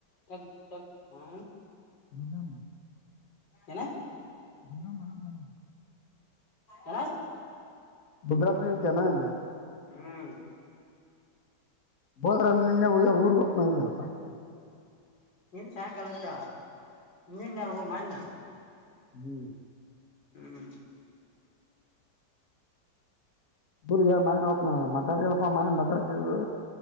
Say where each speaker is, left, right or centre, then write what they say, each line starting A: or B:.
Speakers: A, on the left (about 85°); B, on the left (about 55°).
A: ತಕ್ ತಕ್ ಹ್ಮ
B: ಬಂಗಾಮ
A: ಏನು
B: ದುರ್ಗ ಮನ <unintelligible>
A: ಏನು
B: ಗುಜರಾತ್ನ ಅಂತೆನ ಅಂತೆ
A: ಹ್ಮ್
B: ಹೋದ್ರ ನಿನ್ನೆ ಹ ಊರ್ಗ್ ಹೋಗ ಮಂದ್ರಪ್ಪಾ
A: ಇನ್ ಸಾಯಂಕಾಲದ್ದ ನೆನ್ನೆ ಅಲ್ಲ ಬಿಡು ಮೊನ್ನೆ
B: ಹ್ಮ್
A: ಹ್ಮ್
B: ಪರ ಯ ಮಣ ಹೋಗ ನ ಮಾತಾಡ್ತವಪ್ಪ ಮಣ ಮಾತಾಡ್ತರು